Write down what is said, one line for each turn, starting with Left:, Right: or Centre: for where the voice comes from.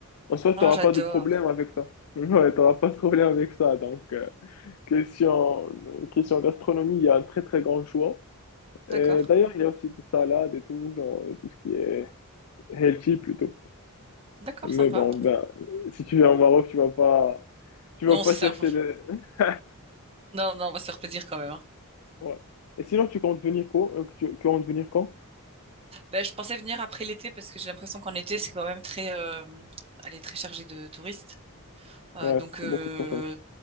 Left: En soi, t'auras
Right: Ah, j'adore.
Left: pas de problème avec ça. <laughs> Ouais, t'auras pas de problème avec ça. Donc, euh, question, question gastronomie, il y a un très très grand choix.
Right: D'accord.
Left: Et D'ailleurs, il y a aussi des salades et tout, genre, tout ce qui est healthy plutôt.
Right: D'accord,
Left: Mais
Right: sympa.
Left: bon, ben, si tu viens au Maroc, tu vas pas, tu
Right: Non,
Left: vas pas
Right: c'est ça.
Left: chercher
Right: <laughs>
Left: de. <laughs>
Right: Non, non, on va se faire plaisir quand même. hein.
Left: Ouais. Et sinon, tu comptes venir quand? euh, Tu, tu comptes venir quand?
Right: Ben, je pensais venir après l'été parce que j'ai l'impression qu'en été, c'est quand même très, euh, elle est très chargée de touristes. Euh,
Left: Ouais,
Right: donc
Left: trop-
Right: euh,
Left: beaucoup trop cher.